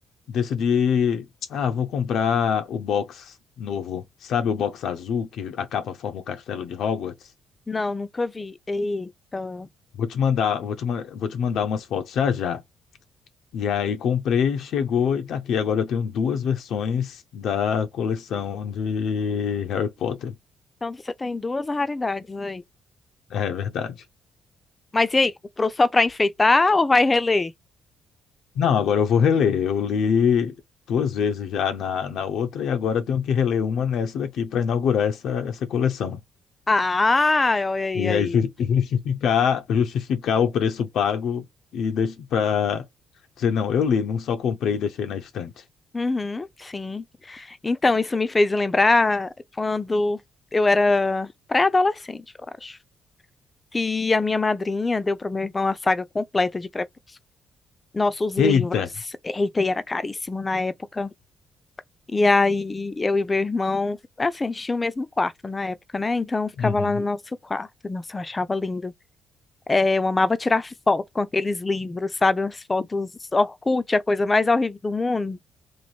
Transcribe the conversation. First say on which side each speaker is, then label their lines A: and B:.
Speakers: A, on the left; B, on the left.
A: decidi, ah, vou comprar o box novo, sabe o box azul que a capa forma o castelo de Hogwarts?
B: Não, nunca vi. Eita.
A: Vou te mandar, vou te, ma- vou te mandar umas fotos já já. E aí comprei, chegou e tá aqui. Agora eu tenho duas versões da coleção de Harry Potter.
B: Então você tem duas raridades aí.
A: É verdade.
B: Mas e aí, comprou só pra enfeitar ou vai reler?
A: Não, agora eu vou reler. Eu li duas vezes já na, na outra e agora eu tenho que reler uma nessa daqui para inaugurar essa, essa coleção.
B: Ah, olha aí,
A: E
B: aí.
A: é ju- justificar, justificar o preço pago e para dizer, não, eu li, não só comprei e deixei na estante.
B: Uhum, sim. Então, isso me fez lembrar quando eu era pré-adolescente, eu acho. Que a minha madrinha deu para meu irmão a saga completa de Crepúsculo. Nossa, os livros.
A: Eita!
B: Eita, e era caríssimo na época. E aí, eu e meu irmão, assim, a gente tinha o mesmo quarto na época, né? Então, ficava
A: Uhum.
B: lá no nosso quarto. Nossa, eu achava lindo. É, eu amava tirar foto com aqueles livros, sabe? As fotos Orkut, a coisa mais horrível do mundo.